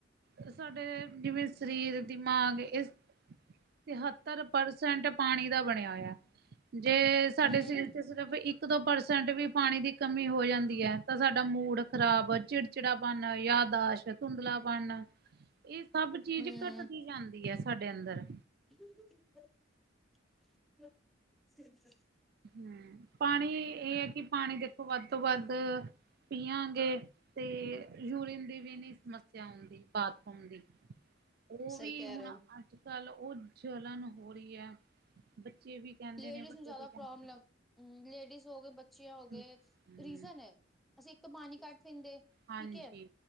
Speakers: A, on the right; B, in the centre.
A: ਸ-ਸਾਡੇ ਜਿਵੇਂ ਸਰੀਰ, ਦਿਮਾਗ ਇਸ ਹੱ ਸੱਤਰ ਪਰਸੈਂਟ ਪਾਣੀ ਦਾ ਬਣਿਆ ਹੋਇਆ, ਜੇ ਸਾਡੇ
B: ਹੂੰ
A: ਸਰੀਰ ਚ ਸ਼ਿਰਫ ਇੱਕ-ਦੋ ਪਰਸੈਂਟ ਵੀ ਪਾਣੀ ਦੀ ਕਮੀ ਹੋ ਜਾਂਦੀ ਐ ਤਾਂ ਸਾਡਾ ਮੂਡ ਖ਼ਰਾਬ, ਚਿੜਚਿੜਾ-ਪਨ, ਯਾਦਾਸ਼, ਧੁੰਧਲਾ-ਪਣ ਏ ਸਭ ਚੀਜ਼
B: ਹੂੰ
A: ਘੱਟਦੀ ਜਾਂਦੀ ਐ ਸਾਡੇ ਅੰਦਰ।
B: <unintelligible>
A: ਹੂੰ, ਪਾਣੀ ਏ ਐ ਕਿ ਪਾਣੀ ਦੇਖੋ ਵੱਧ ਤੋਂ ਵੱਧ ਪੀਆਂਗੇ। ਤੇ ਯੂਰੀਨ ਦੀ ਵੀ ਨੀ ਸਮੱਸਿਆ ਹੁੰਦੀ, ਬਾਥਰੂਮ ਦੀ। ਉਹ
B: ਸਈ
A: ਵੀ
B: ਕੈ
A: ਹੁਣ
B: ਰੇਓ।
A: ਅੱਜ ਕੱਲ ਓ ਜਲਣ ਹੋ ਰੀਏ, ਬੱਚੇ ਵੀ ਕਹਿੰਦੇ
B: ਲੇਡੀਜ਼
A: ਨੇ ਵੱਡੇ
B: ਨੂੰ ਜਾਦਾ
A: ਵੀ ਕਹਿੰਦੇ
B: ਪ੍ਰੋਬਲਮ ਲੇਡੀਜ਼ ਹੋਗ, ਲੇਡੀਜ਼ ਹੋ ਗੇ ਬੱਚੀਆਂ ਹੋ ਗਏ,
A: ਨੇ। ਹਮ
B: ਰੀਜ਼ਨ ਐ। ਅਸੀਂ ਇੱਕ ਤੋਂ ਪਾਣੀ ਕੱਟ ਪੀਂਦੇ ਦੇ
A: ਹਾਂਜੀ
B: ਠੀਕ ਐ,